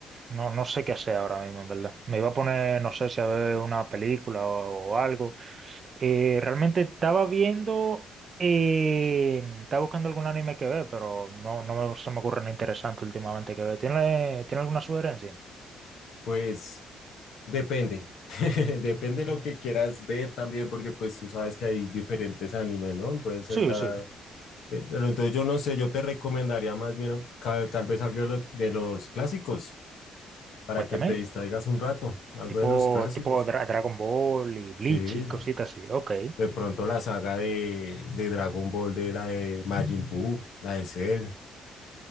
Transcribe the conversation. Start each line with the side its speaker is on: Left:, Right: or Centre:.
Right: me- No, no sé qué hacer ahora mismo, en verdad. Me iba a poner, no sé si a ver una película o, o algo. Eh, realmente estaba viendo, eh, estaba buscando algún anime que ver, pero no, no me- se me ocurre nada interesante últimamente que ver. ¿Tiene, tiene alguna sugerencia?
Left: Pues depende, <laughs> depende lo que quieras ver también, porque pues tú sabes que hay diferentes animes, ¿no? Pueden ser
Right: Sí,
Left: da...
Right: sí.
Left: sí, pero entonces yo no sé, yo te recomendaría más bien ca- tal, vez algo de lo- de los clásicos, para
Right: Cuéntame.
Left: que te distraigas un rato, algo
Right: Tipo,
Left: de los clásicos.
Right: tipo Dra- Dragon Ball y Bleach
Left: Sí,
Right: y cositas así. Ok.
Left: de pronto la saga de, de Dragon Ball, de la de Majin Buu, la de Cell.